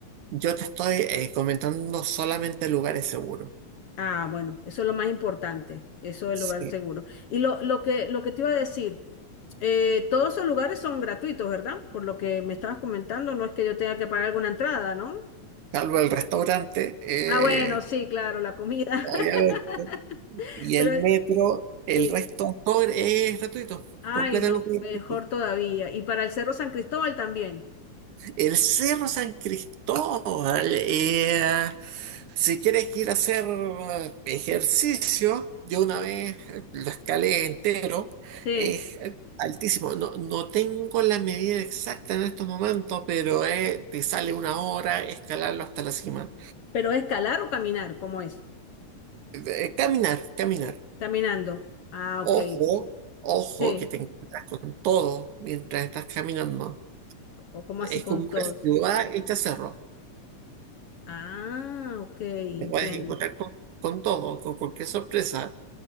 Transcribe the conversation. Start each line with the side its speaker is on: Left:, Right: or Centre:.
Right: Yo te estoy eh, comentando solamente lugares seguros,
Left: Ah, bueno, eso es lo más importante, eso del
Right: Sí.
Left: lugar seguro. Y lo, lo que, lo que te iba a decir, eh, todos esos lugares son gratuitos, ¿verdad? Por lo que me estabas comentando, no es que yo tenga que pagar alguna entrada, ¿no?
Right: Salvo el restaurante, eh,
Left: Ah, bueno, sí, claro, la comida.
Right: obviamente,
Left: <laughs>
Right: y
Left: Pero
Right: el metro,
Left: eh,
Right: el
Left: sí,
Right: resto todo es gratuito,
Left: ay,
Right: completamente
Left: no, mejor
Right: gratuito.
Left: todavía. Y para el Cerro San Cristóbal también.
Right: El Cerro San Cristóbal, eh, Si quieres ir a hacer eh, ejercicio, yo una vez eh, lo escalé entero,
Left: Sí,
Right: es eh, altísimo. No, no tengo la medida exacta en estos momentos, pero eh, te sale una hora escalarlo hasta la cima.
Left: pero escalar o caminar, ¿cómo es?
Right: Eh, eh, caminar, caminar.
Left: Caminando. Ah,
Right: Ojo,
Left: ok.
Right: ojo,
Left: Sí,
Right: que te encuentran todo mientras estás caminando.
Left: o como
Right: Es
Left: así con
Right: como una
Left: todos.
Right: ciudad hecha cerro.
Left: Ah, ok, entiendo.
Right: Te puedes encontrar con, con todo, con cualquier sorpresa.